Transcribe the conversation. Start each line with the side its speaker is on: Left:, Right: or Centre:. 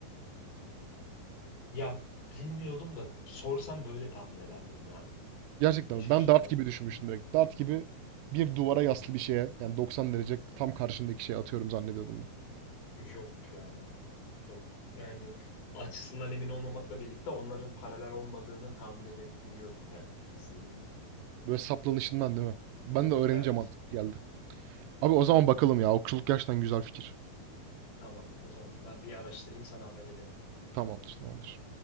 Left: Ya bilmiyordum da sorsam böyle tahmin ederdim ya.
Right: Gerçekten
Left: Ay
Right: mi?
Left: şaşırmadım.
Right: Ben dart gibi düşünmüştüm
Left: Evet.
Right: direkt. Dart gibi bir duvara yaslı bir şeye yani 90 derece tam karşındaki şeye atıyorum zannediyordum ben.
Left: Yok ya, yok. Yani açısından emin olmamakla birlikte onların paralel olmadığını tahmin edebiliyordum ya izlediğimde.
Right: Böyle saplanışından değil mi? Ben de öğrenince
Left: Evet,
Right: mantıklı geldi. Abi o zaman bakalım ya. Okçuluk gerçekten güzel fikir.
Left: tamamdır o zaman. Ben bir araştırayım sana haber ederim.
Right: Tamamdır, tamamdır.